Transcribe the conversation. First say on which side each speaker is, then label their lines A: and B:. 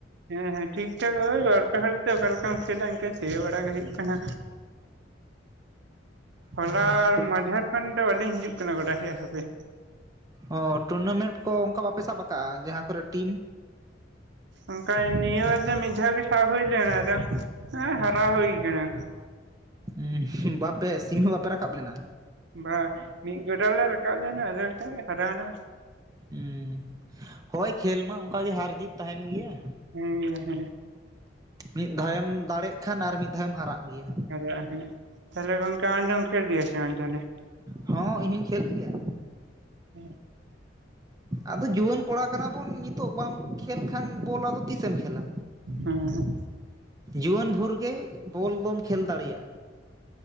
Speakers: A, on the right; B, on the right.
A: ᱦᱮᱸ ᱦᱮᱸ ᱴᱷᱤᱠ ᱴᱷᱟᱠ ᱳᱭ ᱵᱟᱨᱯᱮ ᱦᱚᱲ ᱛᱮ ᱚᱠᱟ ᱞᱮᱠᱟᱢ ᱠᱷᱮᱞᱟ ᱤᱱᱠᱟᱹ ᱛᱷᱤᱭᱟ ᱵᱟᱲᱟ ᱜᱮ ᱦᱩᱭᱩᱜ ᱠᱟᱱᱟ᱾
B: ᱦᱚᱸ
A: ᱦᱚᱞᱟ ᱟᱨ ᱢᱟᱱᱫᱷᱮᱨ ᱢᱮᱱ ᱫᱚ ᱵᱟᱹᱞᱤᱧ ᱦᱤᱡᱩᱜ ᱠᱟᱱᱟ ᱜᱚᱰᱟ ᱥᱮᱡ ᱦᱟᱯᱮ
B: ᱚ ᱴᱩᱨᱱᱟᱢᱮᱱᱴ ᱠᱚ ᱚᱱᱠᱟ ᱵᱟᱯᱮ ᱥᱟᱵ ᱠᱟᱜᱼᱟ ᱡᱟᱦᱟᱸ ᱠᱚᱨᱮ ᱴᱤᱢ
A: ᱚᱱᱠᱟ ᱱᱤᱭᱟᱹᱵᱟᱨ ᱫᱚ ᱢᱤᱫᱷᱟᱣ ᱜᱮ ᱥᱟᱵ ᱦᱩᱭ ᱞᱮᱱ ᱟᱫᱚ ᱮᱸ ᱦᱟᱨᱟᱣ ᱦᱩᱭ ᱠᱟᱱᱟ
B: ᱩ ᱦᱩ ᱵᱟᱯᱮ ᱥᱤᱢ ᱦᱚᱸ ᱵᱟᱯᱮ ᱨᱟᱠᱟᱵ ᱞᱮᱱᱟ
A: ᱵᱟᱝ ᱢᱤᱫ ᱜᱚᱰᱟ ᱞᱮ ᱨᱟᱠᱟᱵ ᱞᱮᱱᱟ ᱟᱫᱚ ᱮᱱᱛᱮᱜ ᱞᱮ ᱦᱟᱨᱟᱣᱱᱟ
B: ᱩᱸ ᱦᱚᱭ ᱠᱷᱮᱞ ᱢᱟ ᱚᱱᱠᱟᱜᱮ ᱦᱟᱨ ᱡᱤᱛ ᱛᱟᱦᱮᱱ ᱜᱮᱭᱟ
A: ᱩ ᱦᱩ
B: ᱢᱤᱫ ᱫᱷᱟᱣᱮᱢ ᱫᱟᱲᱮᱜ ᱠᱷᱟᱱ ᱟᱨ ᱢᱤᱫ ᱫᱷᱟᱣᱮᱢ ᱦᱟᱨᱟᱜ ᱜᱮᱭᱟ
A: ᱟᱵᱚᱣᱟᱜ ᱦᱮᱸ ᱛᱟᱦᱚᱞᱮ ᱜᱚᱝᱠᱮ ᱟᱸᱡᱚᱢ ᱠᱮᱫ ᱜᱮᱭᱟ ᱥᱮ ᱵᱟᱝ ᱛᱟᱦᱚᱞᱮ
B: ᱦᱚᱸ ᱤᱧ ᱦᱚᱸᱧ ᱠᱷᱮᱞ ᱜᱮᱭᱟ
A: ᱦᱮᱸ <inaudible>
B: ᱟᱫᱚ ᱡᱩᱣᱟᱹᱱ ᱠᱚᱲᱟ ᱠᱟᱱᱟ ᱵᱚᱱ ᱱᱤᱛᱚᱜ ᱵᱟᱢ ᱠᱷᱮᱞ ᱠᱷᱟᱱ ᱵᱚᱞ ᱟᱫᱚ ᱛᱤᱥᱮᱢ ᱠᱷᱮᱞᱟ᱾
A: ᱦᱩᱸ ᱦᱩ
B: ᱡᱩᱣᱟᱹᱱ ᱵᱷᱳᱨᱜᱮ ᱵᱚᱞ ᱫᱚᱢ ᱠᱷᱮᱞ ᱫᱟᱲᱮᱭᱟᱜᱼᱟ